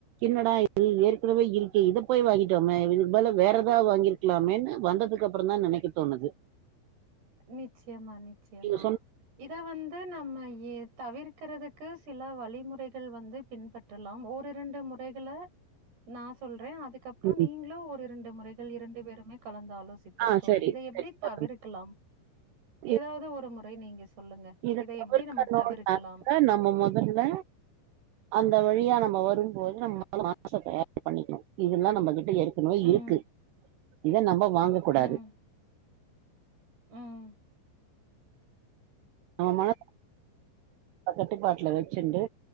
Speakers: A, on the right; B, on the right.
A: என்னடா இது ஏற்கனவே இருக்கே இத போய் வாங்கிட்டோமே இதுக்கு பதிலா வேற எதா வாங்கிருக்கலாமேன்னு வந்ததுக்கு அப்புறம் தான் நெனைக்க தோணுது.
B: நிச்சயமா நிச்சயமா
A: நீங்க
B: இத வந்து நம்ம எ தவிர் க்கறதுக்கு சில வழிமுறைகள் வந்து பின்பற்றலாம் ஓ இரண்டு முறைகள நான் சொல்றேன் அதுக்கப்புறம்
A: சொன்னது
B: நீங்களும் ஒரு இரண்டு முறைகள் இரண்டு பேருமே கலந்து ஆலோசிப்போம்
A: ஆ
B: தோழி
A: சரி
B: இத எப்டி
A: சரி சொல்லுங்க.
B: தவிர்கலாம்
A: இ
B: ஏதாவது ஒரு முறை நீங்க சொல்லுங்க.
A: இத தவிர்க்கணும்னாக்க
B: எப்படி நம்ம தவிர்க்கலாம்?
A: நம்ம முதல்ல அந்த வழியா நம்ம வரும் போது நம்ம <unintelligible> பண்ணிக்கணும் இதெல்லாம் நம்மகிட்ட ஏற்கனவே
B: ம்,
A: இருக்கு. இத நம்ம வாங்க கூடாது.
B: ம், ம்.
A: நம்ம மன கட்டுப்பாட்டுல வச்சுண்டு